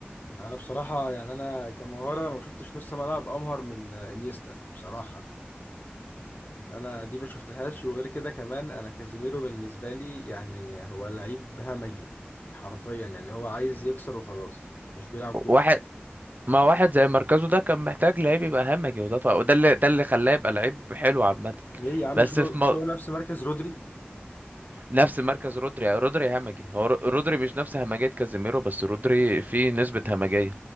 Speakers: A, on the left; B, on the right.
A: انا بصراحه يعني انا كمهاره انا ما شفتش نص ملعب امهر من آه، انيستا بصراحه يعني انا دي ما شفتهاش وغير كده كمان انا كازيميرو بالنسبه لي يعني هو لعيب همجي حرفيا يعني هو عايز يكسر وخلاص مش بيلعب كوره
B: واحد ما واحد زي مركزه ده كان محتاج لعيب يبقى همجي وده طبعا وده اللي ده اللي خلاه يبقى لعيب حلو عامة
A: ليه يا عم
B: بس
A: مش هو
B: في مو...
A: مش هو نفس مركز رودري
B: نفس مركز رودري يعني رودري همجي هو رو- رودري مش نفس همجية كازيميرو بس رودري فيه نسبة همجية